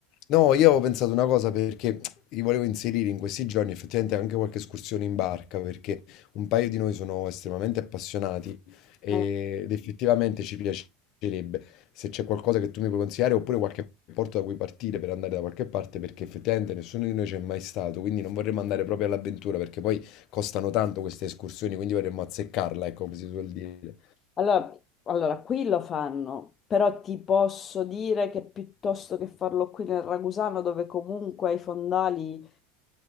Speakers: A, on the left; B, on the left.
A: No, io avevo pensato una cosa perché li volevo inserire in questi giorni effettivamente anche qualche escursione in barca perché un paio di noi sono estremamente appassionati ed
B: Eh.
A: effettivamente ci piacerebbe se c'è qualcosa che tu mi puoi consigliare oppure qualche porto da cui partire per andare da qualche parte perché effettivamente nessuno di noi c'è mai stato, quindi non vorremmo andare proprio all'avventura perché poi costano tanto queste escursioni, quindi vorremmo azzeccarla, ecco come si suol dire.
B: Allora, allora, qui lo fanno, però ti posso dire che piuttosto che farlo qui nel Ragusano, dove comunque i fondali